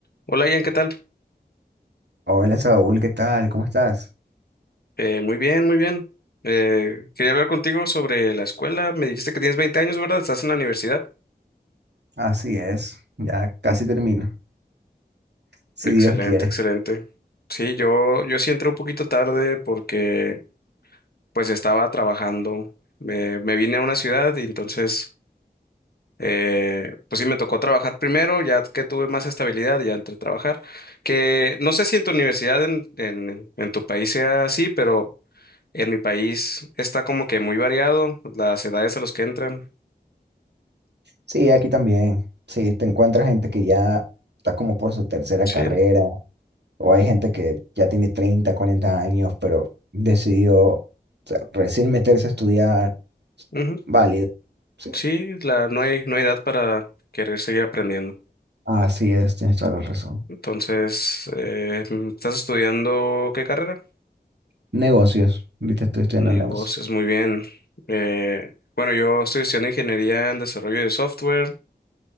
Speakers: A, on the left; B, on the right.
A: Hola Ian, ¿qué tal?
B: Hola Saúl, ¿qué tal? ¿Cómo estás?
A: Eh, muy bien, muy bien. Eh, quería hablar contigo sobre la escuela. Me dijiste que tienes 20 años, ¿verdad? Estás en la universidad.
B: Así es, ya casi termino, si
A: Excelente,
B: Dios quiere.
A: excelente. Sí, yo, yo sí entré un poquito tarde porque pues estaba trabajando. Me, me vine a una ciudad y entonces eh, pues sí me tocó trabajar primero, ya que tuve más estabilidad, ya entré a trabajar. Que no sé si en tu universidad, en, en, en tu país sea así, pero en mi país está como que muy variado las edades a las que entran.
B: Sí, aquí también. Sí, te encuentras gente que ya está como por su tercera
A: Sí,
B: carrera, o hay gente que ya tiene 30, 40 años, pero decidió o sea, recién meterse a estudiar,
A: ujú.
B: válido. Sí,
A: Sí, la, no hay, no hay edad para querer seguir aprendiendo.
B: así es, tienes toda la razón.
A: Entonces, eh, mm, ¿estás estudiando qué carrera?
B: Negocios, ahorita estoy estudiando
A: Negocios,
B: negocios.
A: muy bien. Eh, bueno, yo estoy estudiando ingeniería en desarrollo de software